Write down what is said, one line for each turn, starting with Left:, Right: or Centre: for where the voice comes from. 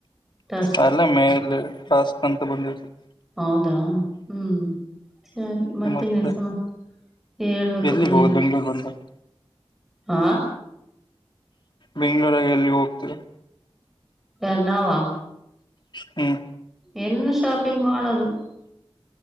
Centre: ಟಾಸ್ಕ್
Left: ಅಲ್ಲ ಮೇಲೆ ಟಾಸ್ಕ್ ಅಂತ ಬಂದಿರುತ್ತದೆ
Centre: ಹೌದಾ ಹ್ಮ್ ಸರಿ ಮತ್ತ
Left: ಮತ್ತೆ
Centre: ಇನ್ನೇನ್ ಸಮಾಚಾರ ಹೇಳ್ಬೇಕಪ್ಪಾ
Left: ಎಲ್ಲಿಗೆ
Centre: ನೀನ್
Left: ಹೋಗೋದು ಬೆಂಗ್ಳೂರ್ ಬಂದಾಗ
Centre: ಹಾ
Left: ಬೆಂಗಳೂರಾಗ ಎಲ್ಲಿ ಹೋಗ್ತೀರಿ
Centre: ಯಾರ್ ನಾವ
Left: ಹ್ಮ್
Centre: ಏನ್ನು ಶಾಪಿಂಗ್ ಮಾಡದು